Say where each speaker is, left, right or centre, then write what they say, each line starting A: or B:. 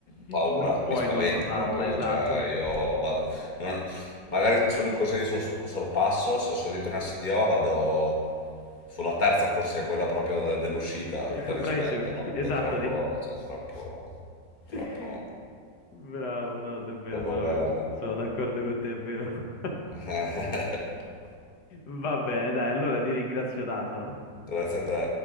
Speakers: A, on the left; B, on the left.
A: paura,
B: Non puoi
A: mi spavento
B: non notarla,
A: proprio,
B: esatto.
A: cioè, io va- non- Magari sono in corsia di sor- sorpasso, se sono dietro una STO vado sulla terza corsia, quella proprio de- dell'uscita,
B: <laughs>
A: per
B: Bravissimo,
A: rispetto,
B: perché-
A: ma perché
B: esatto.
A: è troppo,
B: dico.
A: cioè, troppo, troppo,
B: <laughs> Bravo, no, è vero,
A: troppo
B: sono,
A: bello.
B: sono d'accordo con te, è vero. <laughs>
A: <laughs>
B: Va bene, dai, allora ti ringrazio tanto.
A: Grazie a te.